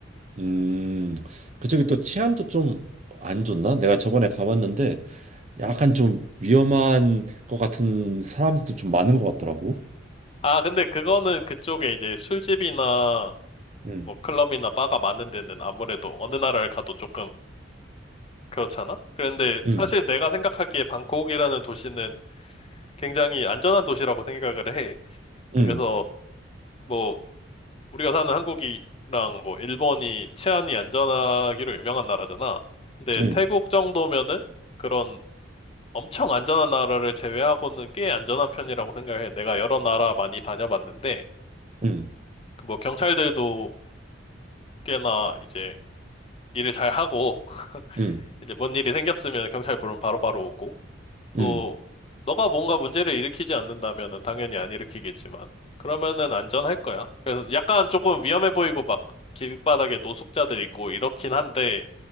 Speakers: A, on the right; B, on the left.
A: 음. 그쪽이 또 치안도 좀 안 좋나? 내가 저번에 가봤는데 약간 좀 위험한 것 같은 사람들도 좀 많은 것 같더라고.
B: 아, 근데 그거는 그쪽에 이제 술집이나
A: 응
B: 뭐 클럽이나 바가 많은 데는 아무래도 어느 나라를 가도 조금 그렇잖아? 그런데
A: 응
B: 사실 내가 생각하기에 방콕이라는 도시는 굉장히 안전한 도시라고 생각을 해.
A: 응
B: 그래서 뭐 우리가 사는 한국이랑 뭐 일본이 치안이 안전하기로 유명한 나라잖아. 근데
A: 응
B: 태국 정도면은 그런 엄청 안전한 나라를 제외하고는 꽤 안전한 편이라고 생각해. 내가 여러 나라 많이 다녀봤는데
A: 응
B: 그뭐 경찰들도 꽤나 이제 일을 잘 하고 <laughs>
A: 응
B: 이제 뭔 일이 생겼으면 경찰 부르면 바로바로 오고
A: 응
B: 또 너가 뭔가 문제를 일으키지 않는다면은 당연히 안 일으키겠지만 그러면은 안전할 거야. 그래서 약간 조금 위험해 보이고 막 길바닥에 노숙자들 있고 이렇긴 한데